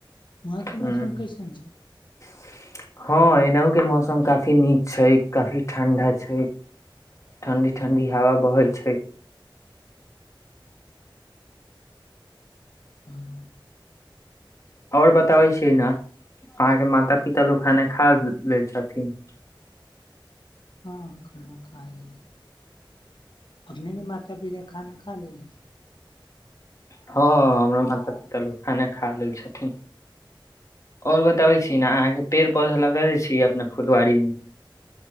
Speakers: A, on the left; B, on the left.
A: वहाँके
B: हूँ
A: मौसम कैसन छै
B: <inaudible> हँ एनाहु के मौसम काफी नीक छै काफी ठण्ढा छै ठंडी ठंडी हवा बहै छै।
A: हां
B: और बताबै छियै न अहाँके माता पिता लोग खाना खा लैऽ छथिन
A: हँ खाना खा लेले छी अपनेके माता पिता खाना खा लेले छी
B: हँ हमरो माता पिता लोक खाना खा लेल छथिन और बताबै छी न अहाँ के पेड़ पौधा लगैले छी अपना फुलवारी मे